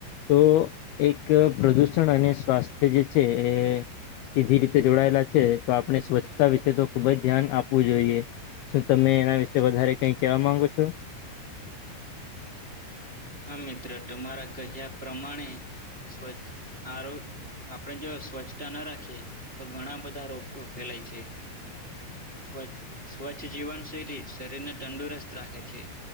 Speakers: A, on the left; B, on the right.
A: તો એક પ્રદુષણ અને સ્વાસ્થ્ય જે છે એ એ જે રીતે જોડાયેલા છે તો આપણે સ્વચ્છતા વિશે તો ખુબ જ ધ્યાન આપવું જોઈએ. શું તમે એના વિશે વધારે કઈ કેવા માંગો છો?
B: હા મિત્ર તમારા કહ્યા પ્રમાણે સ્વચ્છ આરો આપણેે જો સ્વચ્છતા ના રાખીએ તો ઘણા બધા રોગો ફેલાય છે. સ્વચ્છ સ્વચ્છ જીવન શૈલી શરીરને તંદુરસ્ત રાખે છે.